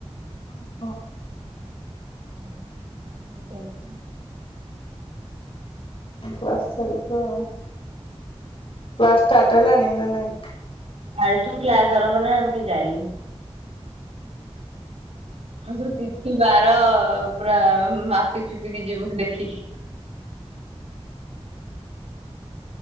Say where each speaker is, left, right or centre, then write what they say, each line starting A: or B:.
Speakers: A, on the left (about 55°); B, on the right (about 70°).
A: ଓହୋ।
B: ଜଛି <unintelligible>
A: କ୍ଲାସ ଚାଲିଥିବ ଆଉ କ୍ଲାସ ସ୍ଟାଟ୍ ହେଲାଣି ନା ନାଇଁ?
B: କାଲିଠୁ କ୍ଲାସ ଆରମ୍ଭ ହେଲାଣି ଆମେ କେହି ଯାଇନୁ।
A: ହଁ
B: ଆମେ ସବୁ ତିଥି ବାର ପୁରା ମାପି ଚୁପିକି ଯିବୁ ଦେଖିକି।